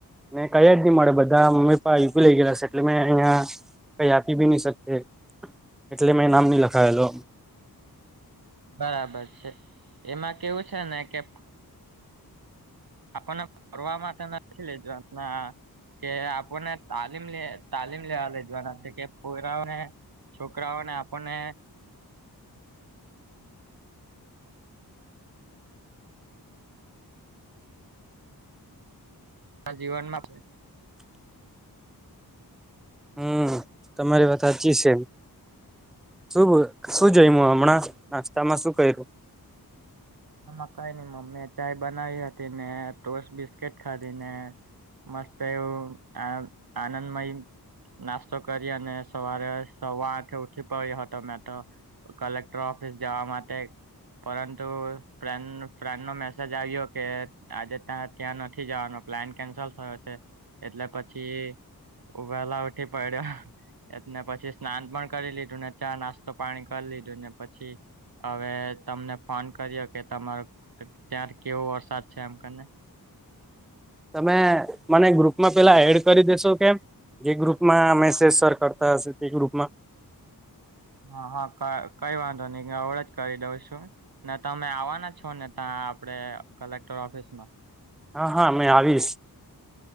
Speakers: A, in the centre; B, on the right.
A: મેં કયા જ નહી મળે બધા મમ્મી પપ્પ યુપી લઈ ગયેલા છે એટલે મેં અહં. કઈ આપી બી નહી શકતે એટલે મેં નામ નહી લખાવેલો.
B: બરાબર છે એમાં કેવું છે ને કે. આપણને ફરવા માટે નથી લેજોમ. કે આપણને તાલીમ લ તાલીમ લેવા લઈ જવાના છે કે પુરાને. છોકરાઓને આપણને. જીવનમાં.
A: હમ તમારી વાતચી છેમ. શું શું જઈ હમણાં નાસ્તામાં શું કર્યું.
B: માં કઈ નઈ મમ્મી ચાય બનાવી હતી ને ટોસ બિસ્કીટ ખાધી ને. મસ્ત એવું આ આનંદમય. નાસ્તો કરી અને સવારે સવા આઠે ઉઠી પડ્યો હતો મેં તો. કલેક્ટર ઓફિસ જવા માટે પરંતુ. ફ્રેન્ડ ફ્રેન્ડ નો મેસેજ આવ્યો કે આજે ત્યાં ત્યાં નથી જવાનો પ્લાન કેન્સલ થયો છે. એટલે પછી ઉભેલા ઉઠી પડ્યો. એને પછી સ્નાન પણ કરી લીધું ને ચા નાસ્તો પાણી કરી લીધું ને પછી.. હવે તમને ફોન કર્યો કે તમારો ત્યાં કેવો વરસાદ છે એમ કને.
A: તમે મને ગ્રુપમાં પેલા એડ કરી દેેશો કે. જે ગ્રુપમાં મેસેજ સર કરતા હશે તે ગ્રુપમાં.
B: હા હા ક કઈ વાંધો નહી અવળે જ કરી દઉં છું. ને તમે આવવાના છો ને તા આપડે કલેક્ટર ઓફિસમાં.
A: હા હા મેમે આવીશ.